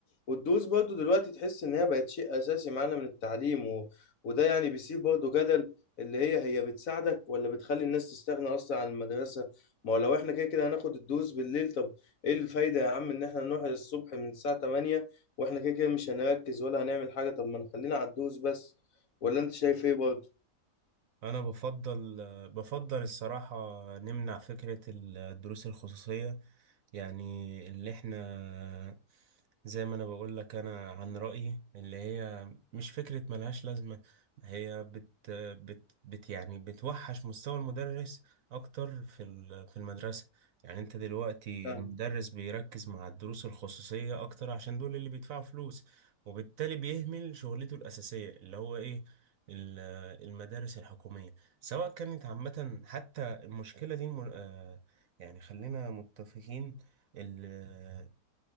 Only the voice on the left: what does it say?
والدروس برضو دلوقتي تحس ان هي بقت شيء اساسي معانا من التعليم و... وده يعني بيسيب برضو جدل اللي هي هي بتساعدك ولا بتخلي الناس تستغنى اصلا عن المدرسه ما هو لو احنا كده كده هناخد الدروس بالليل طب ايه الفايده يا عم ان احنا نروح الصبح من الساعه 8 واحنا كده كده مش هنركز ولا هنعمل حاجه طب ما نخلينا على الدروس بس ولا انت شايف ايه برضو
فاهم.